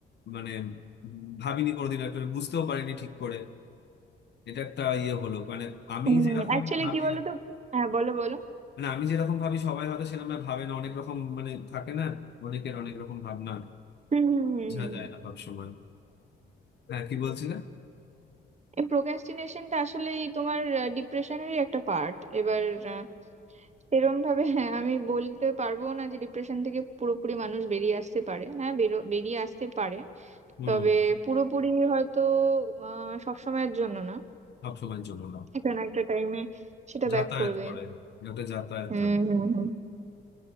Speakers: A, on the left; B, on the right.
A: মানে ভাবিনি কোনোদিন একটা বুঝতেও পারিনি ঠিক করে এটা একটা ইয়ে হলো মানে আমি
B: হুম
A: যেরকম
B: অ্যাকচুয়ালি
A: ভাবি
B: কি বলো তো হ্যাঁ বলো বলো
A: মানে আমি যেরকম ভাবি সবাই হয়তো সেরকম ভাবে না অনেক রকম মানে থাকে না অনেকের অনেক রকম ভাবনা
B: হুম হুম হুম
A: বোঝা
B: হুম
A: যায়
B: হুম।
A: না সব সময় হ্যাঁ কি বলছিলেন
B: এই প্রোক্রাস্টিনেশনটা আসলেই তোমার ডিপ্রেশনেরই একটা পার্ট এবার আহ, এরম ভাবে হ্যাঁ আমি বলতে পারবো না যে ডিপ্রেশন থেকে পুরোপুরি মানুষ বেরিয়ে আসতে পারে হ্যাঁ বেরো বেরিয়ে আসতে পারে
A: হম
B: তবে পুরোপুরি হয়তো আহ সবসময়ের জন্য না
A: সবসময়ের জন্য না
B: একটা না একটা টাইমে সেটা
A: যাতায়াত
B: ব্যাক করবেই
A: করে একটা যাতায়াত
B: হুম
A: থাকে
B: হুম হুম